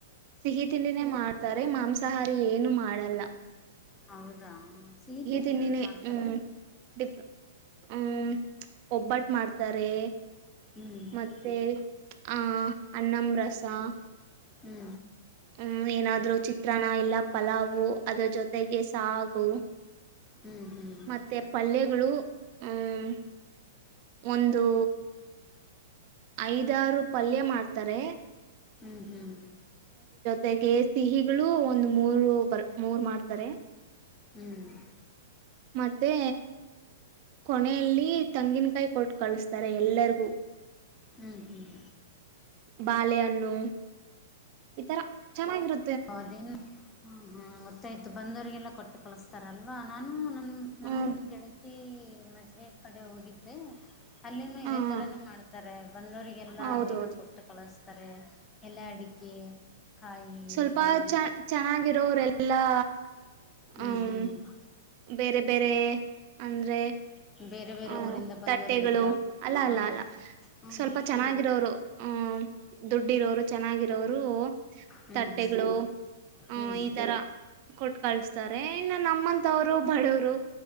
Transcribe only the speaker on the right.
ಸಿಹಿ ತಿಂಡಿನೇ ಮಾಡ್ತಾರೆ ಮಾಂಸಾಹಾರಿ ಏನು ಮಾಡ ಮಾಡಲ್ಲ
ತಿಂಡಿನೇ
ಹ್ಮ್ ಡಿಫ್ ಹ್ಮ್ ಒಬ್ಬಟ್ಟು ಮಾಡ್ತಾರೆ
ಮತ್ತೆ ಹ ಅನ್ನಂ ರಸಾ
ಹ್ಮ ಏನಾದ್ರು ಚಿತ್ರಾನ್ನ ಇಲ್ಲ ಪಲಾವು ಅದ್ರ ಜೊತೆಗೆ ಸಾಗು.
ಮತ್ತೆ ಪಲ್ಯಗಳು ಹ್ಮ ಒಂದು ಐದಾರು ಪಲ್ಯ ಮಾಡ್ತಾರೆ.
ತೆಗೆ ಸಿಹಿಗಳು ಒಂದ ಮೂರು ಬರ್ ಮೂರ್ ಮಾಡ್ತಾರೆ
ಮತ್ತೆ ಕೊನೆಯಲ್ಲಿ ತಂಗಿನಕಾಯಿ ಕೊಟ್ಟು ಕಳಸ್ತಾರೆ ಎಲ್ಲರಿಗೂ.
ಬಾಳೆಹಣ್ಣು ಒಂದ್ತಾರ ಚೆನ್ನಾಗಿರು
ಹ್ಮ
ಹ
ಹೌದೌದು
ಸ್ವಲ್
ಚ, ಚೆನ್ನಾಗಿರೋರೆಲ್ಲ ಲ್ಲಾ
ಹ್ಮ
ಬೇರೆ ಬೇರೆ ಅಂದ್ರೆ
ಹ
ತಟ್ಟೆಗಳು ಅಲ್ಲ
ಅಲ್ಲ ಅಲ್ಲ,
ಸ್ವಲ್ಪ ಚೆನ್ನಾಗಿರೋರು ಹ ದುಡ್ಡಿರೋರು, ಚೆನ್ನಾಗಿರೋರು
ತಟ್ಟೆಗಳು,
ಹ,
ಈ ತರ ಕೊಟ್ ಕಳಸ್ತಾರೆ. ಇನ್ನ ನಮ್ಮಂತವ್ರು ಬಡವ್ರು